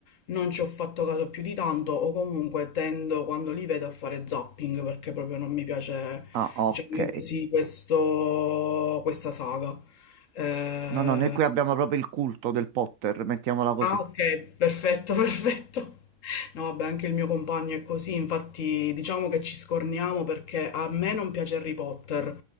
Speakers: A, on the left; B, on the right.
A: non ci ho fatto caso più di tanto o comunque tendo quando li vedo a fare zapping perché proprio non mi piace,
B: Ah, ok.
A: diciamo così, questo, questa saga. Eh,
B: No, no, noi qui abbiamo proprio il culto del Potter, mettiamola così.
A: Ah okay, perfetto, <laughs> perfetto. No vabbè, anche il mio compagno è così, infatti diciamo che ci scorniamo perché a me non piace Harry Potter,